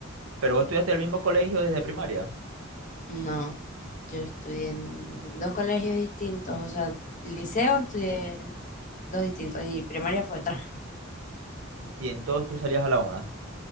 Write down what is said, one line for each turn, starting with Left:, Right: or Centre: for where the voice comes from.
Right: pero vos estudiaste en el mismo colegio desde primaria
Left: No, yo estudié en dos colegios distintos, o sea, liceo estudié en dos distintos y primaria fue otra.
Right: y en todos tú salías a la una.